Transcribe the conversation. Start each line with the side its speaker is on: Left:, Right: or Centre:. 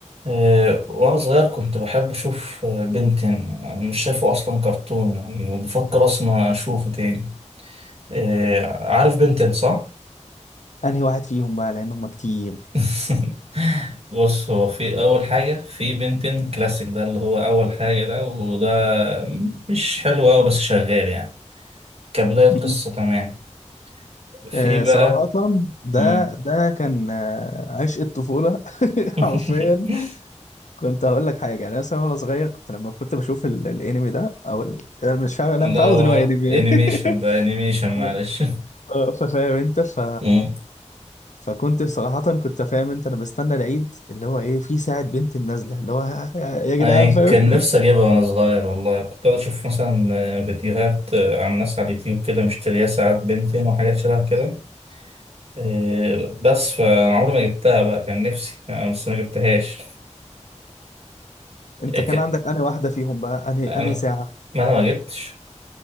Right: آه، وأنا صغير كنت بحب أشوف آه، بنتين مش شايفه أصلا كرتون يعني وبفكر أصلا أشوفه تاني آه، عارف بنتين صح؟
Left: انهي واحد فيهم بقى لان هم كتير
Right: <laughs> بص هو في أول حاجة في بنتين كلاسيك ده اللي هو أول حاجة ده وده مش حلو أوي بس شغال يعني كبداية قصة
Left: مم.
Right: تمام في
Left: آه
Right: بقى
Left: صراحة ده
Right: مم.
Left: ده كان آه عشق الطفولة <laughs>
Right: <laughs>
Left: حرفيا كنت هقول لك حاجة يعني مثلا وانا صغير كنت لما كنت بشوف ال- الانمي ده او ال- انا مش فاهم انا
Right: لا
Left: متعود
Right: هو
Left: ان هو انمي
Right: انيميشن
Left: <laughs>
Right: بقى انيميشن معلش
Left: اه آه، ففاهم انت ف
Right: <laughs>
Left: فكنت صراحة كنت فاهم انت انا بستنى العيد اللي هو ايه في ساعة بنت النازلة اللي هو يا يا جدعان
Right: يعني
Left: فاهم
Right: كان
Left: <laughs>
Right: نفسي أجيبها وأنا صغير والله كنت أشوف مثلا آه، فيديوهات عن ناس على اليوتيوب كده مشتريها ساعات بنتين وحاجات شبه كده إيه، بس فعمري ما جبتها بقى كان نفسي أنا بس ما جبتهاش
Left: انت
Right: <laughs> إيه،
Left: كان
Right: ك-
Left: عندك انهي واحدة فيهم بقى انهي
Right: أنا
Left: انهي ساعة
Right: ما أنا ما جبتش